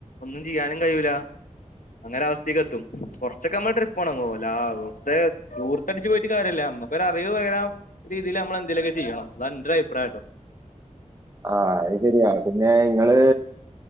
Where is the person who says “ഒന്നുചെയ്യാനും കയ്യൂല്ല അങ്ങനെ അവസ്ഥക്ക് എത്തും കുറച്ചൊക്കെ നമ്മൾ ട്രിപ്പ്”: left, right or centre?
Left